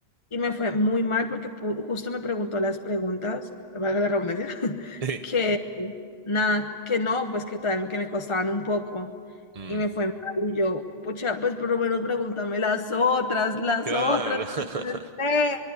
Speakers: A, on the left; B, on the right.
A: Y me fue muy mal porque pu- justo me preguntó las preguntas, valga la redundancia, <laughs>
B: <laughs> Sí.
A: que nada, que no, pues que tal, que me costaban un poco.
B: Mm.
A: Y me fue mal. Y yo, pucha, pues por lo menos pregúntame las otras, las
B: Claro.
A: otras.
B: <laughs>
A: <laughs>